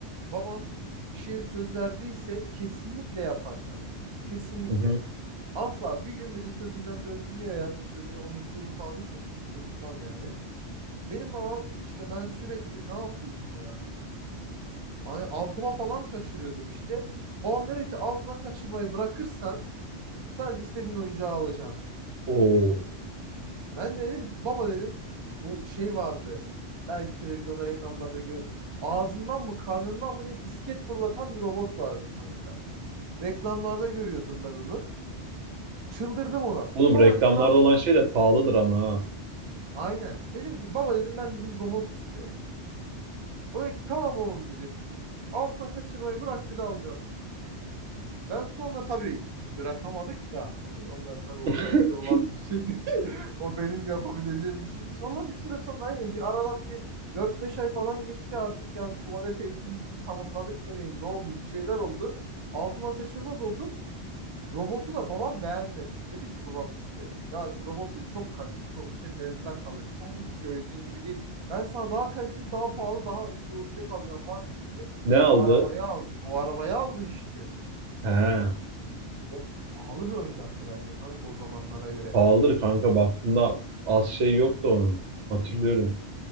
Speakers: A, on the right; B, on the right.
A: Babam bir şeye söz verdiyse kesinlikle yapar kanka. Kesinlikle.
B: Hı hı.
A: Asla bir gün bile sözünden döndüğünü ya da sözünü unuttuğunu falan hiç unutmam yani. Benim babam işte ben sürekli ne yapıyordum ya? Ay, altıma falan kaçırıyordum işte. Babam dedi ki altına kaçırmayı bırakırsan sadece istediğin oyuncağı alacağım.
B: Oo.
A: Ben de dedim ki baba dedim bu şey vardı. Belki televizyonda reklamlarda gör. Ağzından mı karnından mı ne disket fırlatan bir robot vardı kanka. Reklamlarda görüyordum ben onu. Çıldırdım ona.
B: Oğlum
A: Baba
B: reklamlarda
A: dedim ben
B: olan şey de pahalıdır ama ha.
A: aynen. Dedim ki baba dedim ben dedim robot istiyorum dedim. O da ki, tamam oğlum dedi. Altına kaçırmayı bırak dedi alacağım dedi. Ben sonra tabii bırakamadık da o zamanlar tabii o
B: <laughs>
A: elde olan bir şey değil. <laughs> O benim yapabileceğim bir şeydi. Sonra bir süre sonra aynen bir aradan bir dört beş ay falan geçti artık yani tuvalet eğitimimizi tamamladık mı diyeyim ne oldu bir şeyler oldu. Altıma kaçırmaz oldum. Robotu da babam beğenmemiş. Dedi ki babam işte ya robot dedi çok kalitesi olmuş senin elinde kalır dedi. Hani hiç gördüğün gibi değil. Ben sana daha kaliteli, daha pahalı, daha iyi bir oyuncak alacağım falan demişti.
B: Ne aldı?
A: O arabayı aldı. O arabayı aldı işte.
B: He.
A: O pahalı bir oyuncaktı bence kanka o zamanlara göre.
B: Pahalıdır kanka baktığında az şey yok da onun. Hatırlıyorum.